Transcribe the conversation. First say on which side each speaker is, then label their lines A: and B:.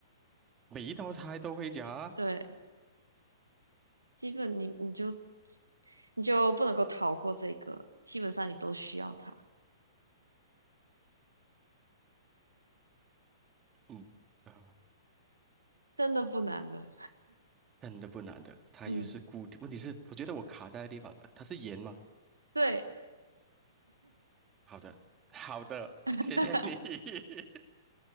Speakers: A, on the right (about 20°); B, on the right (about 80°).
A: 每一道菜都会加啊
B: 对，基本你你就你就不能够逃过这个，基本上你都需要它，
A: 嗯，呃，
B: 真的不难的。
A: 真的不难的，它又是固体，
B: 嗯，
A: 问题是我觉得我卡在的地方，呃它是盐吗？
B: 对。
A: 好的，<laughs> 好的，
B: <laughs>
A: 谢谢你。<laughs>